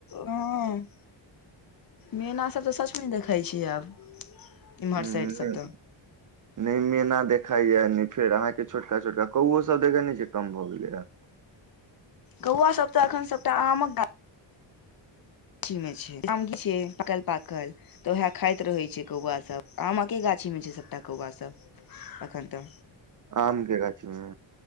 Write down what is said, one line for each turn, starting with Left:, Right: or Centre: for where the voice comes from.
Left: हँ मैना सब तऽ सचमे नय देखैय छै आब इम्हर
Right: हुँ हुँ
Left: साइड
Right: नय
Left: सब तऽ
Right: नय मैना देखाय यऽ नय फेर अहाँकेँ छोटका छोटका कौओ सब देखे नय छियै कम भऽ गेले हँ
Left: कौआ सब तऽ अखन सबटा आमक गा छी मे छै आमकी छै पाकल - पाकल तऽ ओहै खाइत रहै छै कौआ सभ आमकेँ गाछीमे छै सभटा कौआ सभ एखन तऽ
Right: आम केँ गाछी मे